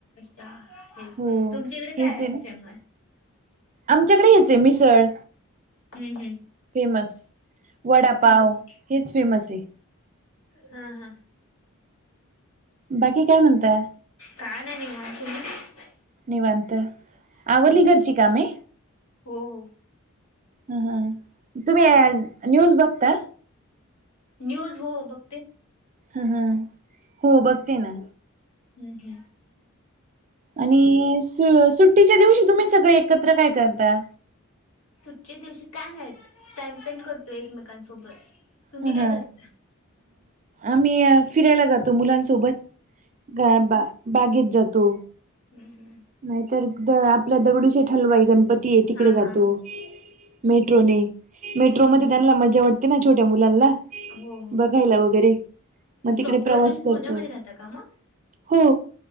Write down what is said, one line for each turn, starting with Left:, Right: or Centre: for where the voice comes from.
Left: हा हेच
Right: हो
Left: तुमच्याकडे काय
Right: हेच
Left: हाय
Right: आहे ना
Left: फेमस.
Right: आमच्याकडे हेच आहे मिसळ.
Left: हम्म हम्म
Right: फेमस वडापाव
Left: हा हा
Right: हेच फेमस आहे.
Left: हा हा
Right: बाकी काय म्हणतात.
Left: काय नाही निवांत तुम्ही,
Right: निवांत
Left: हम्म
Right: आवली घरची कामे.
Left: हो हो.
Right: ह हा तुम्ही आ न्यूज बघता.
Left: न्यूज हो बघ
Right: हम हम हो बघते ना.
Left: हम्म हम्
Right: आणि सु सुट्टीच्या दिवशी तुम्ही सगळे एकत्र काय करता.
Left: सुटच्या दिवशी का नाही टाइम स्पेंड करतो एकमेकांसोबत. तुम्ही
Right: ह
Left: काय
Right: हा
Left: करता
Right: आम्ही फिरायला जातो मुलांसोबत. गा बा बागेत जातो.
Left: हम् हम्म.
Right: नाहीतर द आपल्या दगडूशी हलवाई गणपती आहे तिकडे
Left: हा
Right: जातो.
Left: हा
Right: मेट्रोने मेट्रोमध्ये
Left: हम्म हम्म
Right: त्यांना मजा वाटते ना छोट्या मुलांला.
Left: हो हो
Right: बघायला वगैरे मग तिकडे
Left: प्रॉपर
Right: प्रवास
Left: तुम्ही पुण्यामध्ये
Right: करतो.
Left: राहता का मग
Right: हो.